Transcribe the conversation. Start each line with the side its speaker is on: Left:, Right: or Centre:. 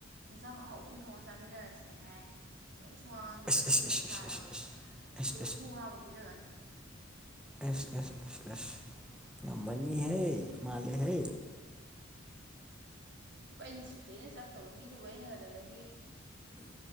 Right: ꯏꯟꯁꯥꯡ ꯑꯍꯥꯎꯕ ꯑꯃ ꯊꯣꯛꯑ ꯆꯥꯃꯤꯟꯅꯔꯁꯦ ꯍꯥꯏꯔꯅꯤ ꯀꯩꯝ ꯁꯨꯉꯥꯡꯉꯥꯡꯗ
Centre: ꯑꯁ
Right: ꯀꯩꯝ
Centre: ꯑꯁ
Right: ꯈꯪꯗꯕ
Centre: ꯑꯁ ꯑꯁ
Right: ꯁꯥꯔꯒ
Centre: ꯑꯁ ꯑꯁ
Right: ꯑꯗꯨ
Centre: ꯑꯁ ꯑꯁ
Right: ꯍꯨ ꯍꯥꯞꯄ ꯄꯤꯖꯒꯅꯤ
Centre: ꯑꯦꯁ ꯑꯦꯁ ꯑꯦꯁ ꯑꯦꯁ ꯉꯝꯃꯅꯤꯍꯦ ꯃꯥꯂꯦꯍꯦ
Right: ꯄꯨꯛ ꯑꯩ ꯅꯨꯡꯁꯤꯗꯩꯅ ꯆꯠꯈ꯭ꯔꯕ ꯃꯤꯗꯨꯕꯨ ꯑꯩꯅ ꯀꯩꯗꯕꯒꯤ